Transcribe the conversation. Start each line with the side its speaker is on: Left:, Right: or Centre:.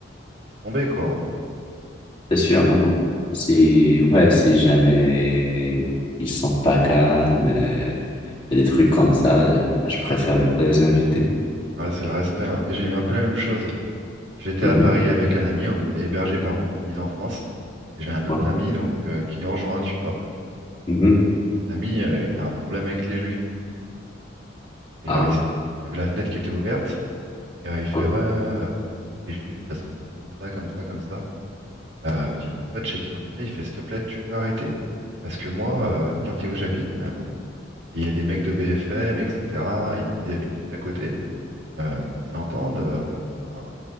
Right: laisse tomber, quoi.
Left: C'est sûr, non, non. Si, ouais, si jamais ils sont pas calmes, euh, il y a des trucs comme ça, euh, je préfère ne pas les inviter.
Right: hein. Ouais, c'est le respect. hein. Mais j'ai eu un peu la même chose. J'étais
Left: Mhm,
Right: à Paris avec un ami. On était hébergé par mon ami d'enfance. Et j'ai un autre
Left: ouais,
Right: ami donc, euh, qui nous rejoint, tu vois.
Left: mhm.
Right: Cet ami, euh, il a un problème avec les juifs. Et
Left: Ah,
Right: euh, il, s- il y avait la fenêtre qui était ouverte. Et euh, il fait,
Left: ouais,
Right: ouais, euh, les juifs, de toute façon, ils sont comme ça, comme ça, comme ça. Euh, puis mon pote chez qui on était, il fait, s'il te plaît, tu peux arrêter. Parce que moi, euh, le quartier où j'habite, il y en a beaucoup. Et il y a des mecs de BFM, etc. Ils, me- disent, ils habitent juste à côté. Euh, s'ils entendent, euh, enfin,